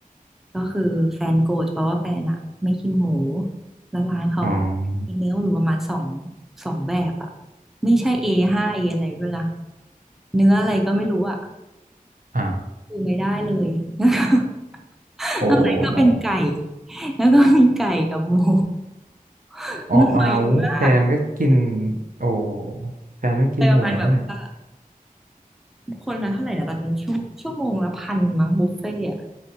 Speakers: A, in the centre; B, on the right.
A: ก็คือแฟนโกรธเพราะว่าแฟนอะไม่กินหมูแล้วร้านเขา
B: อ๋อ
A: มีเนื้ออยู่ประมาณสองสองแบบอะไม่ใช่ A ห้า A ออะไรด้วยล่ะเนื้ออะไรก็ไม่รู้อะ
B: อ้าว
A: คือไม่ได้เลย <laughs>
B: โอ้โน
A: ข้างในก็เป็นไก่แล้วก็มีไก่กับหมู <laughs>
B: อ๋ออ้าวแฟนก็กิน
A: หน่อยมาก
B: โอ้แฟนไม่กินหมูด้วย
A: เลยประมาณแบบว่าคนละเท่าไหร่นะตอนนั้นชั่วชั่วโมงละพันมั้งบุฟเฟ่ต์อะ